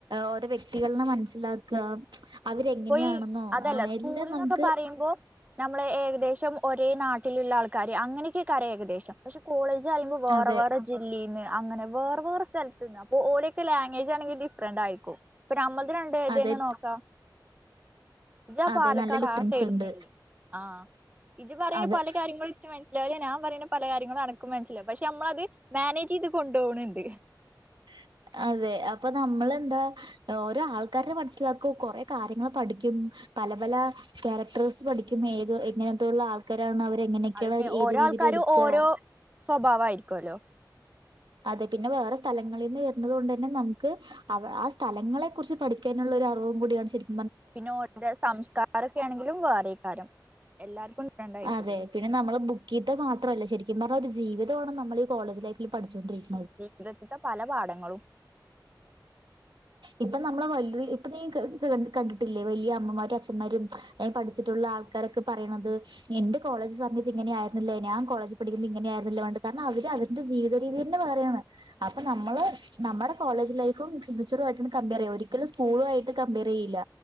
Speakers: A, on the right (about 80°); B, on the right (about 20°).
A: ഓരോ വ്യക്തികളെ മനസ്സിലാക അവര്ങ്ങനെയാണെന്നോ
B: ഇപ്പൊ ഈ അതല്ല
A: ആ
B: സ്കൂള്ന്നൊക്കെ
A: എല്ലാം നമുക്ക്
B: പറയുമ്പോ നമ്മള് ഏകദേശം ഒരേ നാട്ടിലുള്ള ആൾക്കാര് അങ്ങനൊക്കൊക്കെ അറിയും ഏകദേശം പക്ഷെ കേളോജ് ഇതാകുമ്പോ വേറെ
A: അതെ
B: വേറെ ജില്ലേന്ന് അങ്ങനെ വേറെ വേറെ സ്ഥലത്ത് നിന്ന് അപ്പോ ഓരയൊക്കെ ലാംഗ്വേജ് ആണങ്കിൽ ഡിഫറന്റ് ആയിരിക്കും ഇപ്പം നമ്മ രണ്ട് ഇത്‌
A: അതെ
B: തന്നെ നോക്കാം ഇജാ
A: അതെ
B: പാലക്കാട്
A: നല്ല ഡിഫറൻസ്
B: ആ സൈഡിൽ
A: ഉണ്ട്
B: നിന്ന് ആ ഇജി പറയുന്ന
A: അതെ
B: പല കാര്യങ്ങളും ഇച്ച് മനസ്സിലാവല്ലേ നാ പറയുന്ന പല കാര്യങ്ങളും അനക്കും മനസ്സിലായി പക്ഷെ നമ്മളത് മാനേജ് ചെയ്ത് കൊണ്ടു പോണുണ്ട്
A: <unintelligible> അതെ അപ്പൊ നമ്മൾ എന്താ ഓരോ ആൾക്കാരെ മനസ്സിലാക്കും കൊറെ കാര്യങ്ങൾ പഠിക്കും പല പല ക്യാരക്ടേഴസ് പഠിക്കും ഏത് എങ്ങനത്തുള്ള ആൾക്കാരാണ അവർ എങ്ങനെയൊക്കെയുള്ള
B: അതന്നെ
A: ഏത്
B: ഓരോ
A: രീതിയിൽ
B: ആൾക്കാരും
A: എടുക്കുക
B: ഓരോ സ്വഭാവായിരിക്കുവല്ലോ
A: അതെ പിന്നെ വേറെ സ് സ്ഥലങ്ങളിൽ നിന്ന് വരുന്നത് കൊണ്ട് തന്നെ നമുക്ക് ആ സ്ഥലങ്ങളെ കുറിച്ച് പഠിക്കാനുള്ള ഒരു അറിവും കൂടിയാണ് ശരിക്ക
B: പിന്നെ ഓടെ സംസ്കാരൊക്കെ ആണെങ്കിലും വേറെയ്ക്കാരം എല്ലാർക്കും ഉണ്ടായിരിക്കൂല്ലേ
A: അതെ പിന്നെ നമ്മള് ബുക്കീത്ത് മാത്രമല്ല ശരിക്കും ഈ പറഞ്ഞ ഒരു ജീവിതമാണ്ണ് നമ്മൾ കോളജ് ലൈഫിൽ പഠിച്ചു കൊണ്ടിരിക്കുന്നത്
B: ജീവിതത്തിന്റെ പല പാഠങ്ങളും
A: ഇപ്പൊ നമ്മളെ വല്യ ഇപ്പൊ നീ കണ്ടിട്ടില്ലേ വലിയ അമ്മമാരും അച്ഛന്മാരും പഠിച്ചിട്ടുള്ള ആൾ ആൾക്കാരൊക്കെ പറയണത് എന്റെ കോളേജ് സമയത്ത് ഇങ്ങനെയായിരുന്നില്ല ഞാ കോളേജ് പഠിക്കുമ്പോ ഇങ്ങനെയായിരുന്നില്ല കാരണം അവര് അവ ജീവിതരീതിയെന്ന് അപ്പോ നമ്മള് നമ്മുടെ കോളജ് ലൈഫ് ഇപ്പം ഫ്യൂച്ചറുമായിട്ടാണ് കമ്പയർ ചെയ്യുക ഒരിക്കലും സ്കൂളുമായിട്ട് കമ്പയർ ചെയ്യില്ല